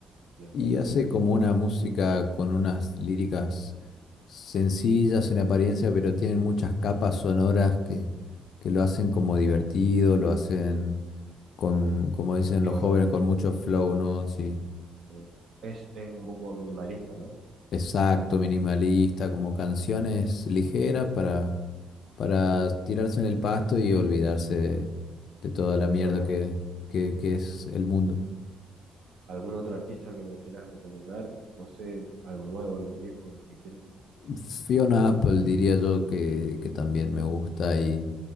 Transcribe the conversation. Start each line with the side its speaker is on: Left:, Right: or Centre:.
Right: y hasta
Left: Y
Right: ahí
Left: hace
Right: llegué.
Left: como una música con unas líricas sencillas en apariencia, pero tienen muchas capas sonoras que, que lo hacen como divertido, lo hacen con, como dicen
Right: Viola.
Left: los jóvenes, con mucho flow, ¿no? Sí,
Right: sí. Es, es un poco minimalista, ¿no?
Left: exacto, minimalista, como canciones ligeras para para tirarse en el pasto y olvidarse de, de toda la
Right: De los
Left: mierda
Right: problemas.
Left: que, que- que es el mundo.
Right: ¿Algún otro artista que me quieras recomendar? No sé, algo nuevo, algo viejo, lo que quieras.
Left: Fiona Apple diría yo que, que también me gusta y